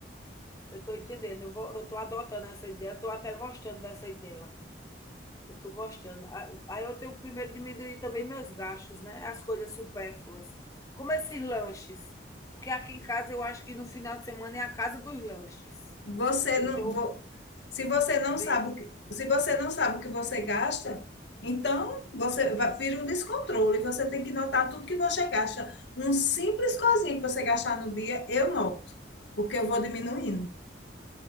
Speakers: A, on the left (about 20°); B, on the left (about 70°).
A: eu estou entendendo, eu vou, eu estou adotando essa ideia, estou até gostando dessa ideia. Eu estou gostando. Ah, Aí eu tenho primeiro diminuir também meus gastos, né? As coisas supérfluas. Como esses lanches. Porque aqui em casa eu acho que no final de semana é a casa dos lanches.
B: Você não,
A: Então,
B: vo- se você não
A: diz.
B: sabe o que, se você não sabe o que você gasta, então você va- vira um descontrole. Você tem que notar tudo que você gasta. Um simples coisinha que você gastar no dia, eu noto, porque eu vou diminuindo.